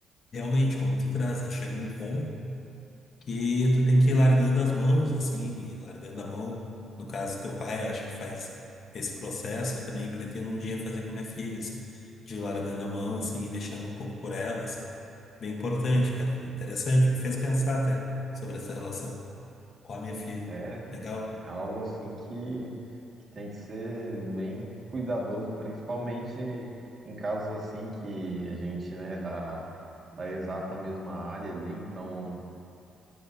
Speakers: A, on the left (about 55°); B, on the right (about 35°).
A: realmente, como tu traz, né? Chega em ponto que tu tem que ir largando as mãos, assim, e largando a mão. No caso, teu pai, eu acho que faz esse processo. Eu também pretendo um dia fazer com minha filha, assim, de ir largando a mão,
B: sim.
A: assim, e deixando um pouco por ela, assim. Bem importante, cara. é Interessante, me fez pensar até sobre essa relação com a minha filha.
B: É
A: Legal?
B: É algo assim que, que tem que ser bem cuidadoso, principalmente em casos assim que a gente, né, da, da exata mesma área ali, então